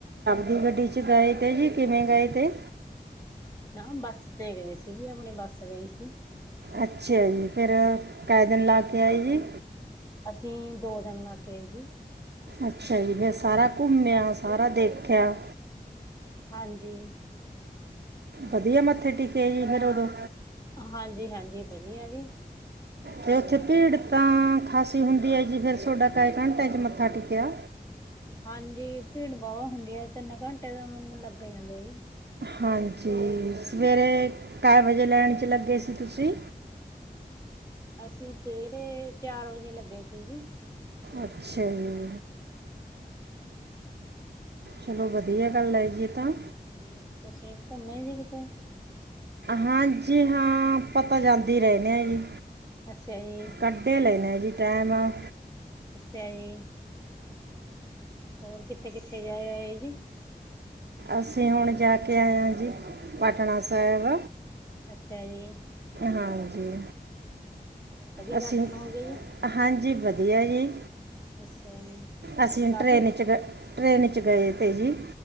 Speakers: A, on the right; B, on the left.
A: ਦੀ ਗੱਡੀ ਚ ਗਏ ਤੇ ਜੀ ਕਿਵੇਂ ਗਏ ਤੇ।
B: ਨਾ ਬੱਸ ਤੇ ਗਏ ਸੀ ਜੀ ਆਪਣੀ ਬੱਸ ਗਈ ਸੀ।
A: ਅੱਛਾ ਜੀ। ਫੇਰ ਕਹਿ ਦਿਨ ਲਾ ਕੇ ਆਏ ਜੀ।
B: ਅਸੀਂ ਦੋ ਦਿਨ ਲਾ ਕੇ ਜੀ।
A: ਅੱਛਾ ਜੀ। ਫਿਰ ਸਾਰਾ ਘੁੰਮਿਆ ਸਾਰਾ ਦੇਖਿਆ।
B: ਹਾਂਜੀ।
A: ਵਧੀਆ ਮੱਥੇ ਟੇਕੇ ਜੀ ਫਿਰ ਉਦੋਂ।
B: ਹਾਂਜੀ, ਹਾਂਜੀ। ਵਧੀਆ ਜੀ।
A: ਤੇ ਉੱਥੇ ਭੀੜ ਤਾਂ ਖਾਸੀ ਹੁੰਦੀ ਹੈ ਜੀ ਫੇਰ ਤੁਹਾਡਾ ਕੈ ਘੰਟਿਆਂ ਚ ਮੱਥਾ ਟੇਕਿਆ।
B: ਹਾਂਜੀ ਭੀੜ ਵਾਵਾ ਹੁੰਦੀ ਆ ਤਿੰਨ ਘੰਟੇ ਤਾਂ ਮੈਨੂੰ ਲੱਗ ਜਾਂਦੇ ਆ ਜੀ।
A: ਹਾਂਜੀ ਸਵੇਰੇ ਕੈ ਵਜੇ ਲੈਣ ਚ ਲੱਗੇ ਸੀ ਤੁਸੀਂ
B: ਅਸੀਂ ਸਵੇਰੇ ਚਾਰ ਵਜੇ ਲੱਗੇ ਸੀ ਜੀ।
A: ਅੱਛਾ ਜੀ। ਚਲੋ ਵਧੀਆ ਗੱਲ ਹੈ ਜੀ। ਤਾਂ
B: ਹਾਂਜੀ ਤੁਸੀਂ। ਘੁੰਮੇ ਜੀ ਕਿਤੇ।
A: ਹਾਂਜੀ ਹਾਂ ਆਪਾਂ ਤਾਂ ਜਾਂਦੇ ਹੀ ਰਹਿੰਦੇ ਆ ਜੀ।
B: ਅੱਛਾ ਜੀ,
A: ਕੱਢੇ ਲੈ ਨੇ। <unintelligible> ਟਾਈਮ ਆ।
B: ਅੱਛਾ ਜੀ। ਹੋਰ ਕਿੱਥੇ ਕਿੱਥੇ ਜਾਏ ਆ ਜੀ।
A: ਅਸੀਂ ਹੁਣ ਜਾ ਕੇ ਆਏ ਆ ਜੀ ਪਟਨਾ ਸਾਹਿਬ।
B: ਅੱਛਾ ਜੀ।
A: ਹਾਂਜੀ
B: ਹੋਰ ਵਧੀਆ ਦਰਸ਼ਨ
A: ਅਸੀਂ
B: ਹੋ ਗਏ ਜੀ।
A: ਹਾਂਜੀ ਵਧੀਆ ਜੀ।
B: <unintelligible> ਤੇ
A: ਅਸੀਂ
B: ਕਾਫ਼ੀ
A: ਟ੍ਰੇਨ 'ਚ ਗ ਟ੍ਰੇਨ ਚ ਗਏ ਤੇ ਜੀ।